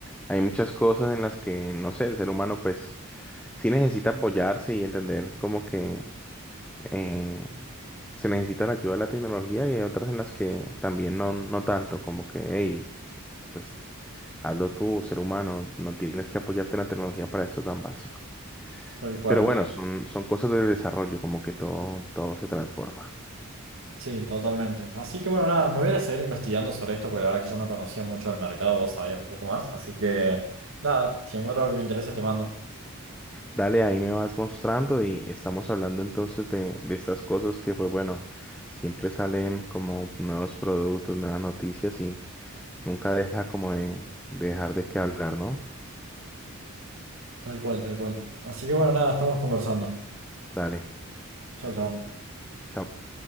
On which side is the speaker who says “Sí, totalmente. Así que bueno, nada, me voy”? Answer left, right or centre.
Right